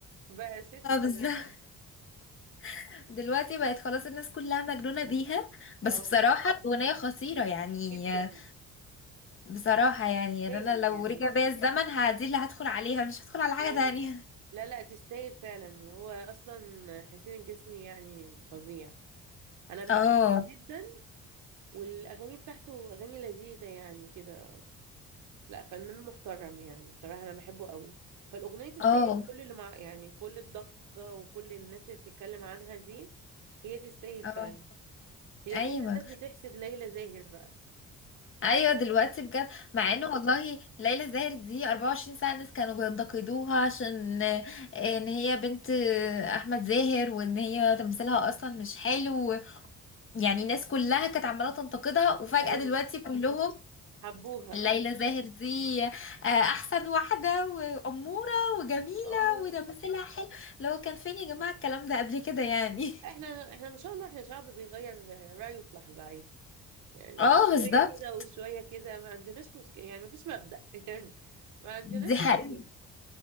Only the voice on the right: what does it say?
بقى يا ستي
خلاص
اه
جدا
تستاهل
يعني
اه
لا لا تستاهل فعلا هو أصلا حسين الجسمي يعني فظيع أنا بحبه
جدا والاغاني بتاعته اغاني لذيذه يعني كده لا فنان محترم يعني صراحه انا بحبه قوي فالاغنيه تستاهل
كل اللي مع يعني كل الضجه وكل الناس اللي بتتكلم عنها دي هي تستاهل
فعلا هي
كل الناس بتحسد ليلى زاهر بقى
ايوه
حبوها
<laughs> اه
احنا احنا ما شاء الله احنا شعب بيغير رايه في لحظه عادي يعني
شويه كده وشويه كده ما عندناش مشكله يعني ما فيش مبدأ <laughs> يعني ما عندناش
مشكله